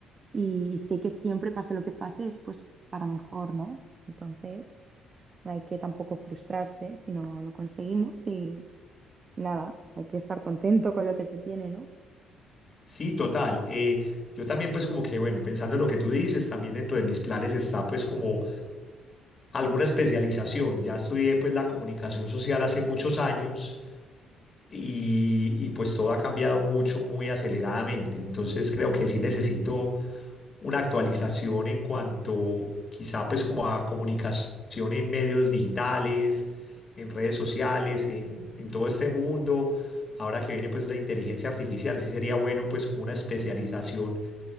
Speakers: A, on the right; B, on the left.
A: y, y sé que siempre pase lo que pase es pues para mejor, ¿no? Entonces, no hay que tampoco frustrarse si no lo conseguimos y nada, hay que estar contento con lo que se tiene, ¿no?
B: Sí, total. eh, yo también pues como que, bueno, pensando en lo que tú dices, también dentro de mis planes está pues como alguna especialización. Ya estudié pues la comunicación social hace muchos años y, y pues todo ha cambiado mucho, muy aceleradamente. Entonces creo que sí necesito una actualización en cuanto quizá pues como a comunicación en medios digitales, en redes sociales, en, en todo este mundo. Ahora que viene pues la inteligencia artificial, sí sería bueno pues como una especialización